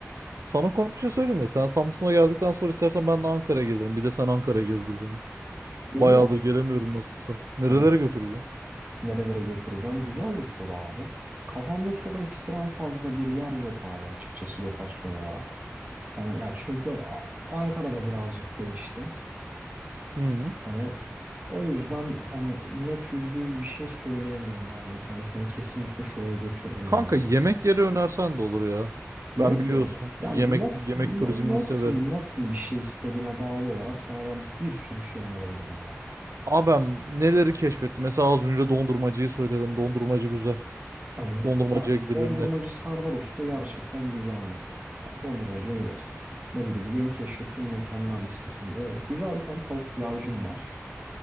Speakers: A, on the right; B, on the right.
A: sana komik bir şey söyleyeyim ya. Sen Samsun'a geldikten sonra istersen ben de Ankara'ya gelirim. Bir de sen Ankara'ya gezdir beni.
B: Olur
A: Bayağıdır gelemiyorum nasılsa. Nerelere
B: Evet.
A: götüreceğim?
B: Nerelere götüreceğim? Güzel bir soru abi. Kafamda çok ekstrem fazla bir yer yok abi açıkçası lokasyon olarak. Hani ya çünkü A- Ankara'da birazcık değişti.
A: Hı hı.
B: Hani o yüzden hani net yüzde yüz bir şey söyleyemiyorum ben de sana. Seni kesinlikle şuraya götürürüm
A: Kanka
B: ben abi
A: yemek
B: diye.
A: yeri önersen de olur ya.
B: Yemek
A: Ben biliyorsun
B: yerim. Yani
A: yemek
B: nasıl
A: yemek turizmini
B: na- nasıl
A: severim.
B: nasıl bir şey istediğine bağlı olarak sana ben bir sürü şey önerebilirim abi.
A: Abem neleri keşfetti? Mesela az önce dondurmacıyı söyledin. Dondurmacı güzel.
B: Hani
A: Dondurmacıya
B: yani
A: gidilir
B: dondurmacı
A: net.
B: Serdar Usta gerçekten güzel mesela. Bak dondurmacıya gideriz. Ne bileyim yeni keşfettiğim mekanlar listesinde güzel bir tane tavuk pilavcım var.